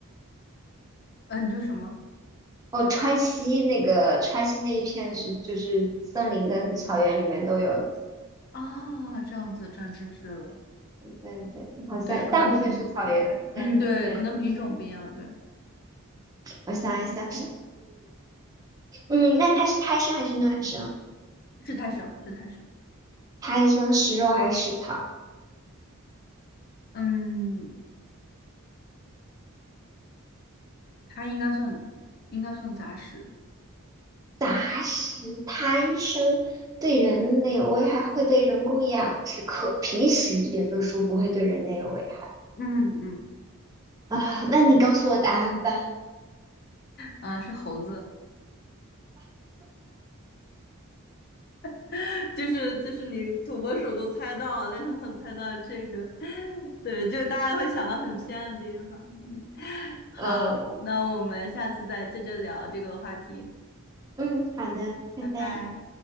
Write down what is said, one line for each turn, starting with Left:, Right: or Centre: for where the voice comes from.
Left: 呃，你说什么？
Right: 哦，川西那个川西那一片是就是森林跟草原里面都有
Left: 啊，这样子长知识了。
Right: 对对，好像大部分是草原，
Left: 对，可能品种不一样。嗯，
Right: 但对对，
Left: 对，可能品种不一样。对，
Right: 我想一下，嗯，那它是胎生还是卵生？
Left: 是太少，是太少。
Right: 胎生食肉还是食草？
Left: 嗯，它应该算应该算杂食。
Right: 杂食胎生对人类有危害，会被人工养殖，可平时也就是说不会对人类有危害
Left: 嗯嗯，
Right: 啊。那你告诉我答案吧。
Left: 啊，是猴子。<laughs> 就是就是你土拨鼠都猜到了，但是没有猜到这个，<laughs> 对，就大家会想到很偏的地方。嗯，<laughs> 好，
Right: 嗯
Left: 那我们下次再接着聊这个话题，
Right: 嗯，好的，拜拜。
Left: 拜拜。